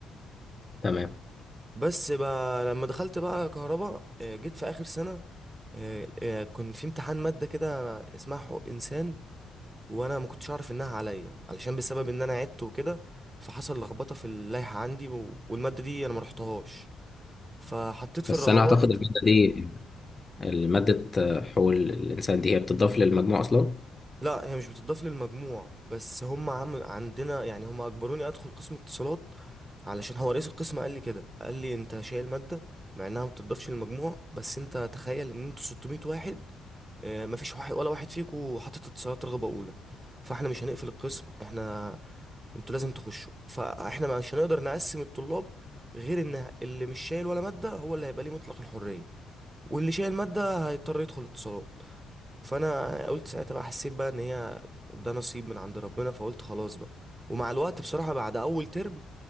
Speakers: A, on the left; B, on the right.
A: تمام
B: بس بقى لما دخلت بقى كهرباء آه، جيت في اخر سنه آه، آه، كان في امتحان ماده كده اسمها حقوق انسان وانا ما كنتش اعرف انها عليا علشان بسبب ان انا عدت وكده فحصل لخبطه في اللائحه عندي و... والماده دي انا ما رحتهاش فحطيت في
A: بس
B: الرغبات
A: أنا أعتقد المادة دي المادة آه، حقوق الإنسان دي هي بتضاف للمجموع أصلا
B: لا هي مش بتضاف للمجموع بس هم عم... عندنا يعني هم اجبروني ادخل قسم اتصالات علشان هو رئيس القسم قال لي كده قال لي انت شايل ماده مع انها ما بتضافش للمجموع بس انت تخيل ان انتوا 600 واحد آه، مفيش واحد ولا واحد فيكو حاطط اتصالات رغبة أولى فاحنا مش هنقفل القسم احنا انتوا لازم تخشوا فاحنا مش هنقدر نقسم الطلاب غير ان اللي مش شايل ولا مادة هو اللي هيبقى ليه مطلق الحرية واللي شايل مادة هيضطر يدخل اتصالات فانا قلت ساعتها بقى حسيت بقى ان هي ده نصيب من عند ربنا فقلت خلاص بقى ومع الوقت بصراحة بعد اول ترم